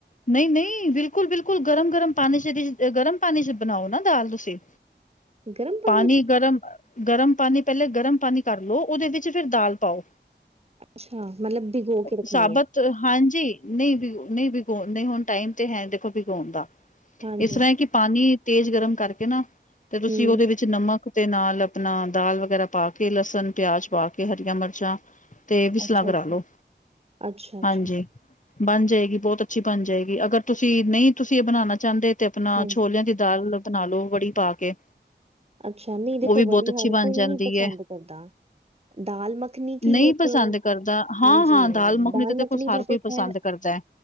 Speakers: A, on the left; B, on the right.
A: ਨਹੀਂ- ਨਹੀਂ, ਬਿਲਕੁਲ-ਬਿਲਕੁਲ, ਗਰਮ-ਗਰਮ ਪਾਣੀ ਚ ਗਰਮ ਪਾਣੀ ਚ ਬਣਾਓ ਨਾ ਦਾਲ ਤੁਸੀਂ।
B: <inaudible>
A: ਪਾਣੀ
B: 'ਚ?
A: ਗਰਮ, ਗਰਮ ਪਾਣੀ, ਪਹਿਲੇ ਗਰਮ ਪਾਣੀ ਕਰ ਲਉ ਉਹਦੇ ਵਿੱਚ ਫਿਰ ਦਾਲ ਪਾਓ।
B: ਅੱਛਾ, ਮਤਲਬ ਭਿਗੋ ਕੇ ਰੱਖਣੀ
A: ਸਾਬਤ?
B: ਹੈ।
A: ਹਾਂਜੀ, ਨਹੀਂ ਵੀ-ਨਹੀਂ ਵੀ ਨਹੀਂ ਹੁਣ ਟਾਈਮ ਤੇ ਹੈ, ਦੇਖੋ ਵਿਗਾਉਣ ਦਾ
B: ਹਾਂਜੀ,
A: ਇਸ ਤਰ੍ਹਾਂ ਕਿ ਪਾਣੀ ਤੇਜ਼ ਗਰਮ ਕਰਕੇ ਨਾ ਤੇ ਤੁਸੀਂ
B: ਹੂੰ,
A: ਉਹਦੇ ਵਿੱਚ ਚ ਨਮਕ ਤੇ ਨਾਲ ਅਪਣਾ ਦਾਲ ਵਗੈਰਾ ਪਾ ਕੇ ਲਸਣ, ਪਿਆਜ ਪਾ ਕੇ ਹਰੀਆਂ ਮਰਚਾਂ ਤੇ ਵਿਸਲਾਂ
B: ਅੱਛਾ-ਅੱਛਾ,
A: ਕਰਾ ਲੋ,
B: ਅੱਛਾ-ਅੱਛਾ,
A: ਹਾਂਜੀ। ਬਣ ਜਾਏਗੀ ਬੋਹਤ ਅੱਛੀ ਬਣ ਜਾਏਗੀ, ਅਗਰ ਤੁਸੀਂ ਨਈ ਤੁਸੀਂ ਏਹ ਬਣਾਣਾ ਚਾਂਦੇ ਤੇ ਅਪਣਾ
B: ਹਾਂਜੀ।
A: ਛੋਲੇਆਂ ਦੀ ਦਾਲ ਬਣਾ ਲੋ ਵੜੀ ਪਾ ਕੇ।
B: ਅੱਛਾ ਨਹੀਂ ਦੇਖੋ
A: ਉਹ ਵੀ
B: ਵੜੀ
A: ਬਹੁਤ ਅੱਛੀ
B: ਹਰ
A: ਬਣ
B: ਕੋਈ
A: ਜਾਂਦੀ
B: ਨੀ ਪਸੰਦ
A: ਹੈ
B: ਕਰਦਾ। ਦਾਲ ਮੱਖਣੀ ਕੀ
A: ਨਹੀਂ
B: ਏਕ,
A: ਪਸੰਦ ਕਰਦਾ ਹਾਂ-ਹਾਂ
B: ਹਾਂਜੀ ਦਾਲ
A: ਤੇ ਦੇਖੋ
B: ਮੱਖਣੀ
A: ਹਰ
B: ਦਾ
A: ਕੋਈ
B: ਤੇ ਖੈਰ
A: ਪਸੰਦ ਕਰਦਾ ਏ।